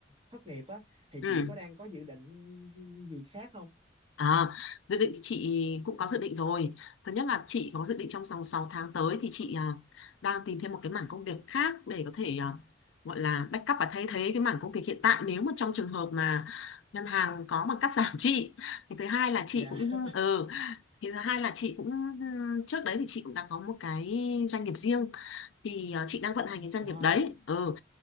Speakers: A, on the right; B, on the left.
A: thất nghiệp á thì
B: Ừ.
A: chị có đang có dự định gì khác không?
B: À, dự định thì chị cũng có dự định rồi. Thứ nhất là chị có dự định trong vòng 6 tháng tới thì chị à, đang tìm thêm một cái mảng công việc khác để có thể à, gọi là backup và thay thế cái mảng công việc hiện tại nếu mà trong trường hợp mà ngân hàng có mà cắt giảm chị. Thì thứ hai là chị
A: Dạ.
B: cũng
A: <laughs>
B: ừ, thì thứ hai là chị cũng trước đấy thì chị cũng đã có một cái doanh nghiệp riêng thì à, chị đang vận hành cái doanh
A: Wow.
B: nghiệp đấy. Ừ,